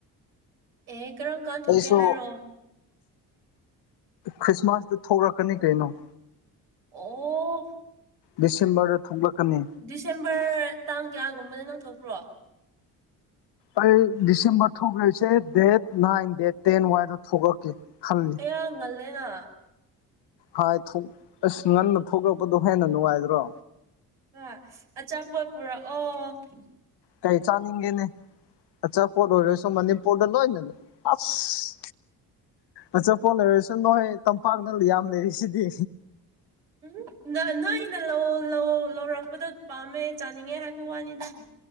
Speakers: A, on the right; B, on the left.
A: ꯑꯦ ꯀꯔꯝ ꯀꯥꯟ ꯊꯣꯛꯀꯦ
B: ꯑꯩꯁꯨ
A: ꯍꯥꯏꯔꯣ
B: ꯈ꯭ꯔꯤꯁꯃꯥꯁꯇ ꯊꯣꯛꯂꯛꯀꯅꯤ ꯀꯩꯅꯣ
A: ꯑꯣ
B: ꯗꯤꯁꯦꯝꯕꯔꯗ ꯊꯣꯡꯂꯛꯀꯅꯤ
A: ꯗꯤꯁꯦꯝꯕꯔ ꯇꯥꯡ ꯀꯌꯥꯒꯨꯝꯕꯗ ꯅꯪꯊꯣꯛꯄ꯭ꯔꯣ
B: ꯑꯩ ꯗꯤꯁꯦꯝꯕꯔ ꯊꯣꯛꯈ꯭ꯔꯤꯁꯦ ꯗꯦꯠ ꯅꯥꯏꯟ ꯗꯦꯠ ꯇꯦꯟ ꯋꯥꯏꯗ ꯊꯣꯛꯂꯛꯀꯦ ꯈꯜꯂꯤ
A: ꯑꯩꯌꯥ ꯉꯜꯂꯦꯅ
B: ꯍꯥꯏ ꯑꯁ ꯉꯟꯅ ꯊꯣꯛꯂꯛꯄꯗꯣ ꯍꯦꯟꯅ ꯅꯨꯡꯉꯥꯏꯗ꯭ꯔꯣ
A: ꯍꯣꯢ ꯑꯆꯥꯄꯣꯠ ꯄꯨꯔꯛꯑꯣ
B: ꯀꯩ ꯆꯥꯅꯤꯡꯒꯦꯅꯦ ꯑꯆꯥꯄꯣꯠ ꯑꯣꯏꯔꯁꯨ ꯃꯅꯤꯄꯨꯔꯗ ꯂꯣꯏꯅ ꯑꯁ ꯑꯆꯥꯄꯣꯠ ꯂꯩꯔꯁꯨ ꯅꯣꯏ ꯇꯝꯄꯥꯛꯗ ꯌꯥꯝ ꯂꯩꯔꯤꯁꯤꯗꯤ
A: ꯎꯝ ꯅꯣꯏ ꯅꯣꯢꯅ ꯂꯧ ꯂꯧꯔꯛꯄꯗꯣ ꯄꯥꯝꯃꯦ ꯆꯥꯅꯤꯡꯉꯦ ꯍꯥꯏꯕ ꯋꯥꯅꯤꯗ